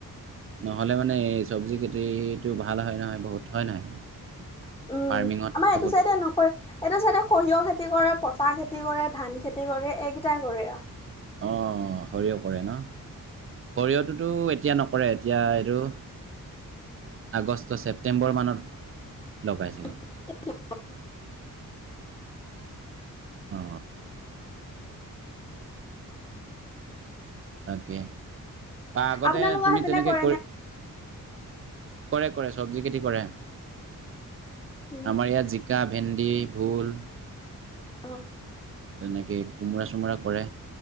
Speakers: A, on the right; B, on the left.
A: নহ'লে মানে এই চবজি খেতিটো ভাল হয় নহয় বহুত হয় নহয়।
B: উম
A: ফাৰ্মিঙত
B: আমাৰ এইটো
A: বহুত
B: চাইডে নকৰে এইটো চাইডে সৰিয়হ খেতি কৰে পতা খেতি খেতি কৰে ধান খেতি কৰে এইকেইটাই কৰে আও।
A: অঁ সৰিয়হ কৰে ন সৰিয়হটোতো এতিয়া নক কৰে এতিয়া এইটো আগষ্ট ছেপ্টেম্বৰ মানত লগাই চাগে।
B: <unintelligible>
A: অ তাকে বা আগতে
B: আপোনালোকৰ
A: তুমি
B: সেইফালে
A: তেনেকে
B: কৰে
A: কৰি
B: নে?
A: কৰে কৰে চবজি খেতি কৰে।
B: উম,
A: আমাৰ ইয়াত জিকা ভেন্দি ভোল
B: অ।
A: তেনেকেই কোমোৰা চোমোৰা কৰে।